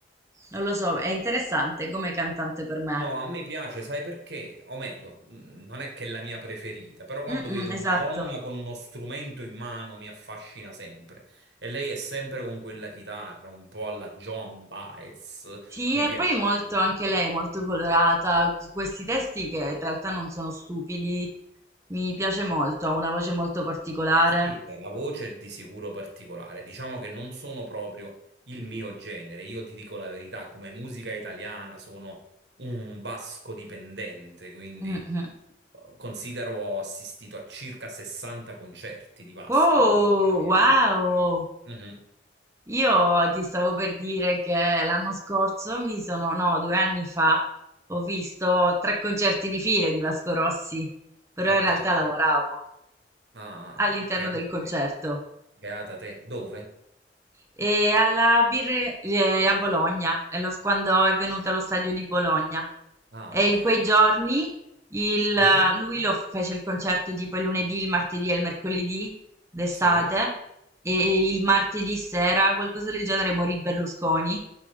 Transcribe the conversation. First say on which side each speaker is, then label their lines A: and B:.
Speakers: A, on the right; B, on the right.
A: non lo so, è interessante come cantante per me.
B: No, a me piace, sai perché? O meglio, mh, non è che è la mia preferita, però quando
A: Mm, mm,
B: vedo
A: esatto.
B: una donna con uno strumento in mano mi affascina sempre. E lei è sempre con quella chitarra, un po' alla Joan Baez,
A: Sì,
B: mi
A: e
B: piace.
A: poi molto anche lei, è molto colorata, su questi testi che in realtà non sono stupidi, mi piace molto, ha una voce molto particolare.
B: Sì, eh, la voce è di sicuro particolare. Diciamo che non sono proprio il mio genere. Io ti dico la verità, come musica italiana sono un vasco dipendente, quindi
A: Mhm.
B: eh, considero ho assistito a circa 60 concerti di Vasco
A: Oh,
B: durante la mia
A: wow!
B: vita. quindi- Mhm,
A: Io ti stavo per dire che l'anno scorso mi sono, no, due anni fa, ho visto tre concerti di fila di Vasco Rossi, però
B: addirittura.
A: in realtà lavoravo
B: Ah,
A: all'interno
B: beata
A: del concerto.
B: te. Beata te. Dove?
A: E alla Birre eh, a Bologna, nello- quando è venuto allo stadio di Bologna.
B: Ah,
A: E
B: ok.
A: in quei
B: ok.
A: giorni il-
B: Mhm.
A: lui lo fece il concerto tipo il lunedì, il martedì e il mercoledì d'estate.
B: Sì?
A: E il martedì sera, qualcosa del genere, morì Berlusconi.